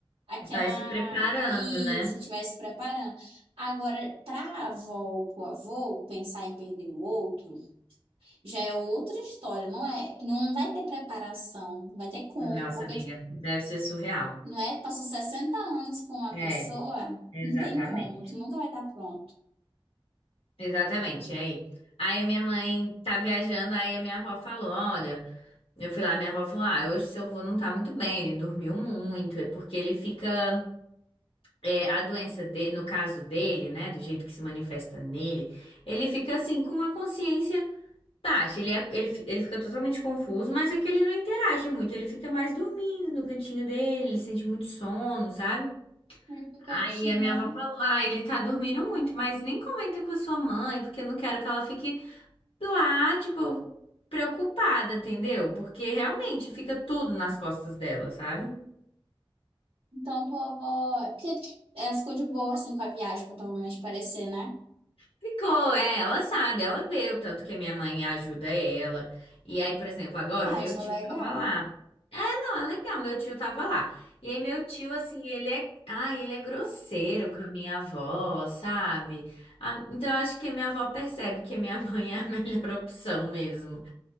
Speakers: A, on the right (about 85°); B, on the left (about 80°).
A: aquela,
B: Vai se preparando,
A: e
B: né?
A: se estivesse preparando. Agora, para a avó ou para o avô pensar em perder o outro, já é outra história, não é? Não vai ter preparação, não vai ter como,
B: Nossa,
A: porque
B: amiga,
A: tipo,
B: deve ser surreal.
A: não é? Passou 60 anos com uma
B: É,
A: pessoa,
B: exatamente.
A: não tem como, tu nunca vai estar pronto.
B: Exatamente, e aí. Aí minha mãe tá viajando, aí a minha avó falou, olha, eu fui lá, minha avó falou, ah, hoje seu avô não tá muito bem, ele dormiu muito, é porque ele fica, é, a doença dele, no caso dele, né, do jeito que se manifesta nele, ele fica assim, com a consciência baixa, ele, é, ele, fi- ele fica totalmente confuso, mas é que ele não interage muito, ele fica mais dormindo no cantinho dele, ele sente muito sono, sabe?
A: Ele fica quietinho.
B: Aí a minha avó falou, ah, ele tá dormindo muito, mas nem comenta com a sua mãe, porque eu não quero que ela fique lá, tipo, preocupada, entendeu? Porque realmente fica tudo nas costas dela, sabe?
A: Então, tua avó. É porque ela ficou de boa assim com a viagem, pra provavelmente parecer, né?
B: Ficou, é, ela sabe, ela vê o tanto que a minha mãe ajuda ela. E aí, por exemplo, agora
A: Ah,
B: o meu
A: isso
B: tio
A: é legal.
B: tava lá. Não, é legal, meu tio tava lá. E aí meu tio, assim, ele é, ah, ele é grosseiro com a minha avó, sabe? Ah, então eu acho que a minha avó percebe que a minha <laughs> mãe é a melhor opção mesmo.